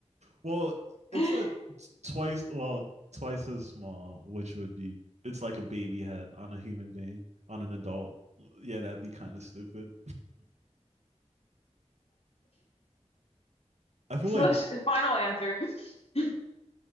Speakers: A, on the right; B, on the left.
A: well, it's
B: <laughs>
A: a t- twice well twice as small, which would be it's like a baby head on a human being on an adult. Yeah, that'd be kind of stupid. I feel
B: <laughs>
A: like
B: final answer. <laughs>